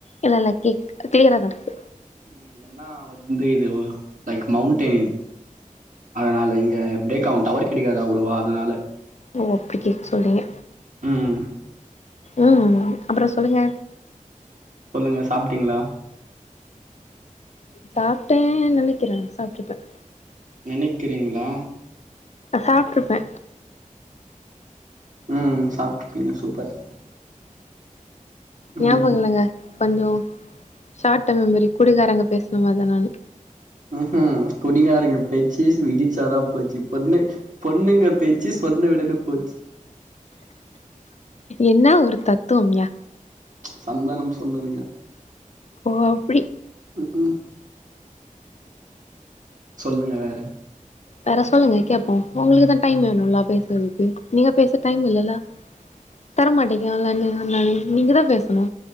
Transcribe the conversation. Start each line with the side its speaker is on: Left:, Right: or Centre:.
Left: இல்ல இல்ல கேக் கிளியராதாருக்கு
Right: ம் என்னா வந்து இது லைக் மௌன்டைன் அதனால இங்க பிரேக் ஆவும் டவர் கிடைக்காது அவ்ளோவா அதனால
Left: ஓ அப்டி கேக்க சொல்றீங்க
Right: ம்
Left: ம் அப்பறொ சொல்லுங்க
Right: சொல்லுங்க சாப்ட்டீங்களா
Left: சாப்ட்டே நெனைக்கற சாப்ட்டுருப்ப
Right: நெனைக்கிறீங்ளா
Left: சாப்ட்ருப்ப
Right: ம் சாப்ட்ருப்பீங்ளா சூப்பர் ம்
Left: ஞாபகொல்லங்க கொஞ்சொ ஷார்ட் டெர்ம் மெமரி குடிகாரங்க பேசுன மார்தா நானு
Right: ம்ஹூம் குடிங்காரங்க பேச்சு விடிஞ்சாதா போச்சு பொண்ணு பொண்ணுங்க பேச்சு சொன்ன உடனே போச்சு
Left: என்ன ஒரு தத்துவம்யா
Right: சந்தானம் சொன்னதுங்க
Left: ஓ அப்டி
Right: ம் ம் சொல்லுங்க வேற
Left: வேற சொல்லுங்க கேப்போ உங்களுக்குதா டைம் வேணும்ல பேஸ்றதுக்கு நீங்க பேச டைம் இல்லல தரமாட்டேங்காலனு நீங்கதா பேசணு